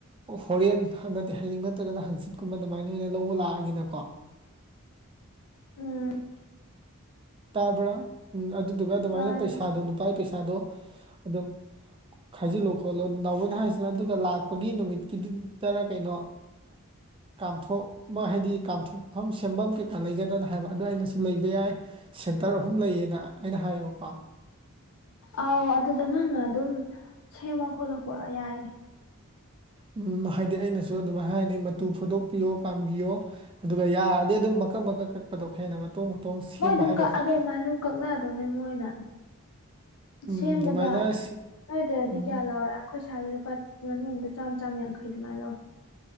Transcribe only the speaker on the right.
ꯍꯣꯔꯦꯟ ꯅꯠꯇꯦ ꯍꯌꯦꯡ ꯅꯠꯇ꯭ꯔꯒꯅ ꯍꯪꯆꯤꯠꯀꯨꯝꯕ ꯑꯗꯨꯃꯥꯏꯅ ꯑꯣꯏꯅ ꯂꯧꯕ ꯂꯥꯛꯑꯒꯦꯅꯀꯣ
ꯇꯥꯕ꯭ꯔꯥ ꯎꯝ ꯑꯗꯨꯗꯨꯒ ꯑꯗꯨꯃꯥꯏꯅ
ꯄꯩꯁꯥꯗꯣ ꯅꯨꯄꯥꯒꯤ ꯄꯩꯁꯥꯗꯣ ꯑꯗꯨ ꯈꯥꯏꯖꯤꯜꯂꯣ ꯈꯣꯠꯂꯣ ꯅꯥꯎꯋꯏꯅ ꯍꯥꯏꯁꯤꯅ ꯑꯗꯨꯒ ꯂꯥꯛꯄꯒꯤ ꯅꯨꯃꯤꯠꯀꯤꯗꯨꯗꯔ ꯀꯩꯅꯣ ꯀꯥꯝꯊꯣꯛꯃ ꯍꯥꯏꯗꯤ ꯀꯥꯝꯊꯣꯛꯐꯝ ꯁꯦꯝꯐꯝ ꯀꯩꯀꯥ ꯂꯩꯒꯗꯅ ꯍꯥꯏꯕ ꯑꯗꯨ ꯑꯏꯩꯅꯁꯨ ꯂꯩꯕ ꯌꯥꯏ ꯁꯦꯟꯇꯔ ꯑꯍꯨꯝ ꯂꯩꯌꯦꯅ ꯑꯩꯅ ꯍꯥꯏꯌꯦꯕꯀꯣ
ꯎꯝ ꯍꯥꯏꯗꯤ ꯑꯩꯅꯁꯨ ꯑꯗꯨꯃꯥꯏꯅ ꯍꯥꯏꯅꯤ ꯃꯇꯨ ꯐꯨꯗꯣꯛꯄꯤꯌꯣ ꯀꯥꯝꯕꯤꯌꯣ ꯑꯗꯨꯒ ꯌꯥꯔꯗꯤ ꯑꯗꯨꯝ ꯃꯀꯛ ꯃꯀꯛ ꯀꯛꯄꯗꯣ ꯈꯦꯅꯕ ꯃꯇꯣꯡ ꯃꯇꯣꯡ ꯁꯦꯝꯕ
ꯍꯥꯏꯒꯗ꯭ꯔꯥ
ꯎꯝ
ꯑꯗꯨꯃꯥꯏꯅ ꯁꯤ-
ꯎꯝ